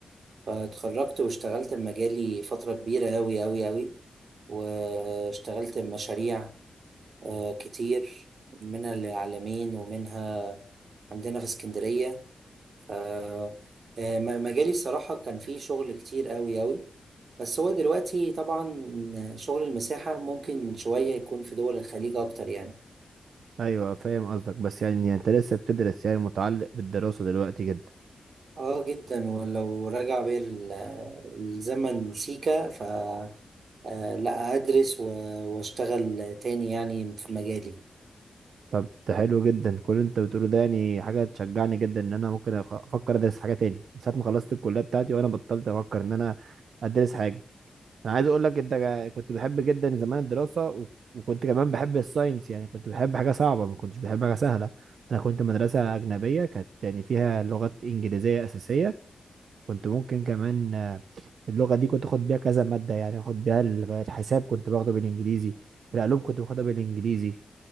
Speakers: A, on the right; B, on the right.
A: فاتخرجت واشتغلت بمجالي فترة كبيرة أوي أوي أوي واشتغلت بمشاريع آه، كتير منها للعالمين ومنها عندنا في اسكندرية ف- آه، م- مجالي الصراحة كان فيه شغل كتير أوي أوي بس هو دلوقتي طبعا شغل المساحة ممكن شوية يكون في دول الخليج أكتر يعني
B: أيوة فاهم قصدك بس يعني أنت لسه بتدرس يعني متعلق بالدراسة دلوقتي جدا
A: اه جدا ولو رجع بيا ال- الزمن سيكا ف آه، لا ادرس و- واشتغل تاني يعني في مجالي
B: طب ده حلو جدا كل اللي انت بتقوله ده يعني حاجه تشجعني جدا ان انا ممكن أخ- افكر ادرس حاجه تاني من ساعه ما خلصت الكليه بتاعتي وانا بطلت افكر ان انا ادرس حاجه انا عايز اقول لك انت جا- كنت بحب جدا زمان الدراسه و- وكنت كمان بحب الساينس يعني كنت بحب حاجه صعبه ما كنتش بحب حاجه سهله انا كنت مدرسه اجنبيه كانت يعني فيها لغات انجليزيه اساسيه كنت ممكن كمان آه، اللغه دي كنت اخد بيها كذا ماده يعني اخد بيها ال- الحساب كنت باخده بالانجليزي العلوم كنت باخدها بالانجليزي